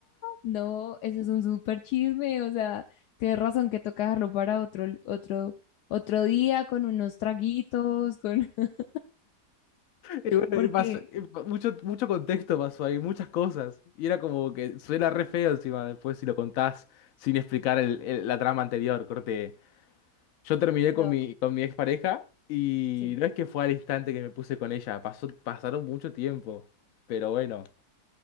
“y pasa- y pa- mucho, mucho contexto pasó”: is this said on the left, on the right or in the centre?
Left